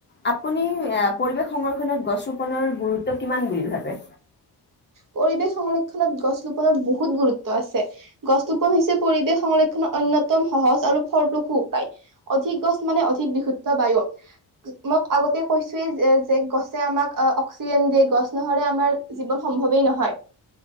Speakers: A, on the left; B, on the right.
A: আপুনি এ পৰিৱেশ সংৰক্ষণত গছ ৰোপনৰ গুৰুত্ব কিমান বুলি ভাবে?
B: পৰিৱেশ সংৰক্ষণত গছ ৰোপনত বহুত গুৰুত্ব আছে। গছৰোপণ হৈছে পৰিৱেশ সংৰক্ষণৰ অন্যতম সহজ আৰু ফলপ্ৰসূ উপায়। অধিক গছ মানে অধিক বিশুদ্ধ বায়ু। মই আগতে কৈছোয়ে যে যে গছে আমাক অক্সিজেন দিয়ে, গছ নহ'লে আমাৰ জীৱন সম্ভৱেই নহয়।